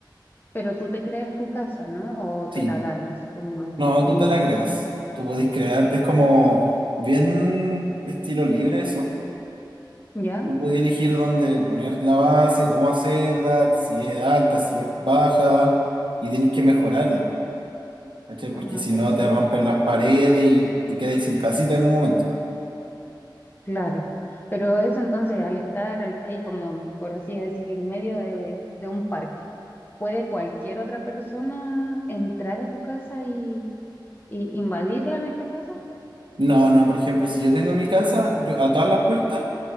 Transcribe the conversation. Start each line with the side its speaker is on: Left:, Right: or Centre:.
Left: Pero tú te creas tu casa, ¿no? O
Right: Sí,
Left: te la dan así como
Right: No,
Left: al
Right: tú
Left: iniciar.
Right: te la creas. Tú podés crearte, es como bien estilo libre eso.
Left: ¿Ya?
Right: Tú podés elegir dónde poner la base, cómo hacerla, si es alta, si es baja, y tenés que mejorarla, ¿cachai?
Left: Ah,
Right: Porque si
Left: perfecto,
Right: no te rompen las paredes y te quedas sin casita en un momento.
Left: claro. Pero eso entonces, al estar al- ahí como, por así decir, en medio de, de un parque, ¿puede cualquier otra persona entrar a tu casa y, y invadirla en este caso?
Right: No, no, por ejemplo, si yo tengo mi casa, yo a todas las puertas,